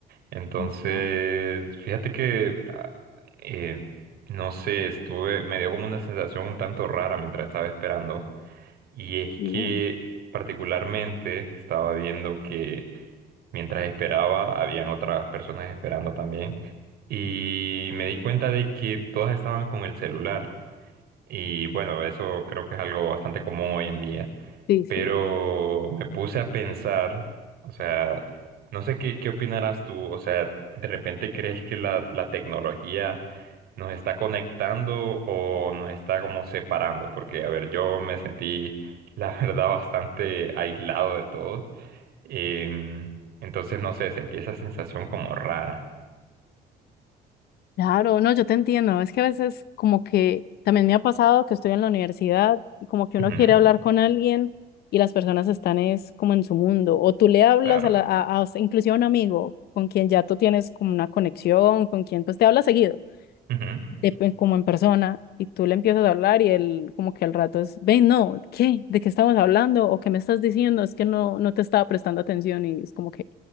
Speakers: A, on the right; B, on the left.
A: Entonces,
B: Ajá,
A: fíjate que, ah, eh, no sé, estuve, me dio como una sensación un tanto rara mientras estaba esperando. Y es
B: bien,
A: que particularmente estaba viendo que Mientras esperaba, habían otras personas esperando también. Y me di cuenta de que todas estaban con el celular. Y bueno, eso creo que es algo bastante común hoy en día.
B: sí, sí.
A: Pero me puse a pensar, o sea, no sé qué, qué opinarás tú. O sea, ¿de repente crees que la, la tecnología nos está conectando o nos está como separando? Porque, a ver, yo me sentí, la <laughs> verdad, bastante aislado de todos. Em, entonces, no sé, sentí esa sensación como rara.
B: Claro, no, yo te entiendo. Es que a veces como que también me ha pasado que estoy en la universidad y como que uno
A: Ujú,
B: quiere hablar con alguien y las personas están es como en su mundo. O tú le hablas
A: claro.
B: a, la, a, a- o inclusive a un amigo con quien ya tú tienes como una conexión, con quien pues te hablas seguido,
A: Ujú,
B: de pe- como en persona, y tú le empiezas a hablar y él como que al rato es, ven, no, ¿qué? ¿De qué estamos hablando? ¿O qué me estás diciendo? Es que no, no te estaba prestando atención y es como que...